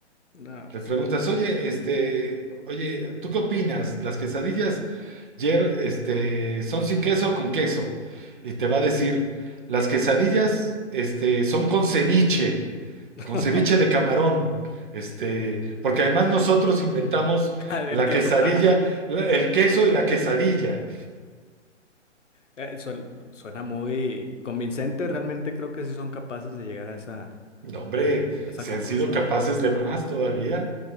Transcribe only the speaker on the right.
le
preguntas,
oye, este, oye, ¿tú qué opinas? ¿Las quesadillas? Lle- este, son sin queso o con queso. Y te va a decir, las quesadillas, este, son con ceviche,
con ceviche
de camarón. Este, porque además nosotros inventamos
la
quesadilla,
la- el queso y la quesadilla.
No, hombre,
se
han sido capaces
de más todavía.